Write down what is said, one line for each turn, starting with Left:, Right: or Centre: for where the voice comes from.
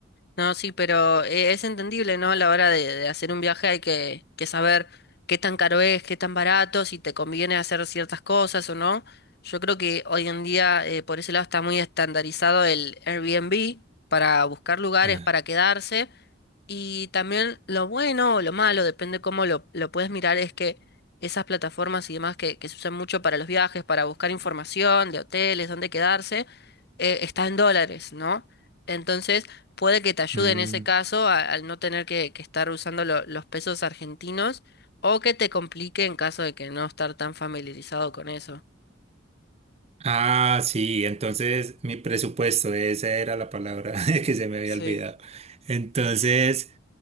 Left: No, sí, pero eh, es entendible, ¿no? A la hora de, de hacer un viaje hay que, que saber qué tan caro es, qué tan barato, si te conviene hacer ciertas cosas o no. Yo creo que hoy en día eh, por ese lado está muy estandarizado el Airbnb para buscar lugares
Right: Ah,
Left: para quedarse. Y también lo bueno o lo malo, depende cómo lo, lo puedes mirar, es que esas plataformas y demás que, que se usan mucho para los viajes, para buscar información de hoteles, dónde quedarse, eh, está en dólares, ¿no? Entonces, puede que te ayude
Right: mm,
Left: en ese caso a- al no tener que, que estar usando lo- los pesos argentinos o que te complique en caso de que no estar tan familiarizado con eso.
Right: Ah, sí, entonces mi presupuesto, esa era la palabra <laughs> que se me había
Left: Sí.
Right: olvidado. Entonces,